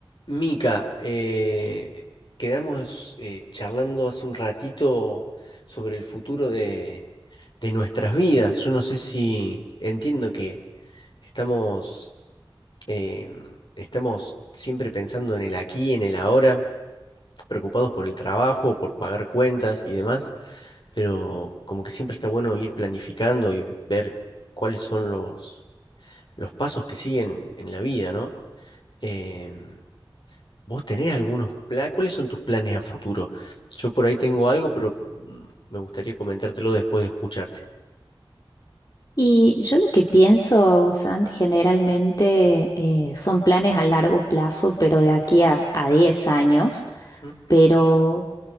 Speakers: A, on the left; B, on the left.
A: Mica, eh, quedamos eh, charlando hace un ratito sobre el futuro de, de nuestras vidas. Yo no sé si entiendo que estamos, eh, estamos siempre pensando en el aquí, en el ahora, preocupados por el trabajo, por pagar cuentas y demás, pero como que siempre está bueno ir planificando y ver cuáles son los, los pasos que siguen en la vida, ¿no? Em, ¿Vos tenés algunos planes? ¿Cuáles son tus planes a futuro? Yo por ahí tengo algo, pero mm, me gustaría comentártelo después de escucharte.
B: Y yo lo que pienso, Santi, generalmente eh, son planes a largo plazo, pero de aquí a, a 10 años,
A: Mm,
B: pero